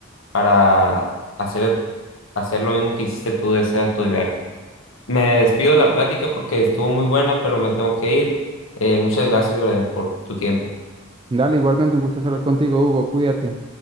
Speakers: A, on the left; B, on the right.
A: para hacer, hacer lo mismo que hiciste tú de ser autodidacta. Me despido de la plática porque estuvo muy buena, pero me tengo que ir. Eh, muchas gracias, Brian, por tu tiempo.
B: Dale, igualmente un gusto hablar contigo, Hugo. Cuídate.